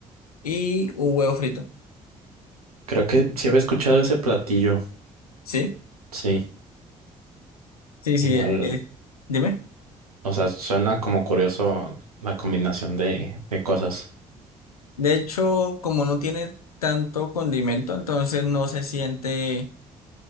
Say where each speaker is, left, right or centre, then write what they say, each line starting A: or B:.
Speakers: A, on the left; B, on the right.
A: y un huevo frito.
B: creo que sí había escuchado ese platillo.
A: ¿Sí?
B: Sí,
A: Sí,
B: igual.
A: sí, eh, dime.
B: O sea, suena como curioso la combinación de, de cosas.
A: De hecho, como no tiene tanto condimento, entonces no se siente